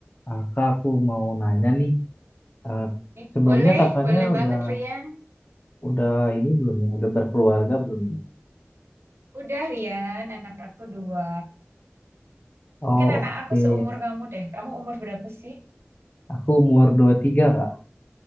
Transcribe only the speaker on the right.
Eh,
Boleh,
boleh
banget Rian.
Udah Rian, anak aku dua.
Mungkin anak aku
seumur kamu deh. Kamu umur berapa sih?